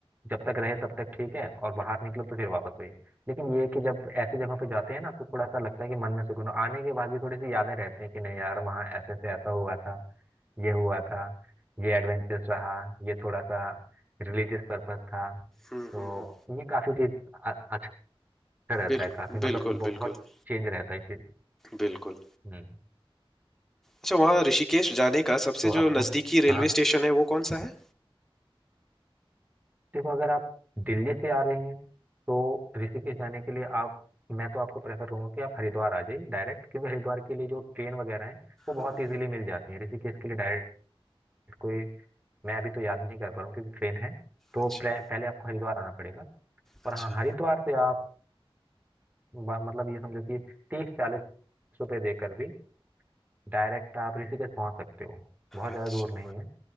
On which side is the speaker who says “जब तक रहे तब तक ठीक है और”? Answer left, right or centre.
Right